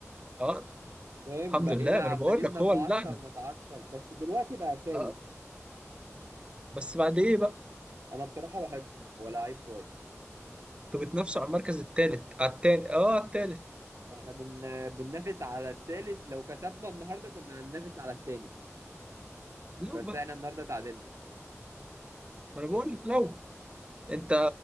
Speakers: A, on the right (about 20°); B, on the right (about 65°).
A: اه
B: فاهم
A: الحمد
B: بقينا
A: لله ما
B: عمالين
A: انا بقول لك
B: نتعثر
A: هو اللعنه
B: نتعثر بس دلوقتي بقى فايق
A: اه بس بعد ايه بقى
B: انا بصراحه بحبه هو لعيب كويس
A: انتوا بتنافسوا على المركز الثالث على الثاني اه على الثالث
B: احنا بن... بننافس على التالت لو كسبنا النهارده كنا هننافس على التاني
A: لو
B: بس
A: بقى
B: احنا النهارده تعادلنا
A: ما انا بقول لك لو انت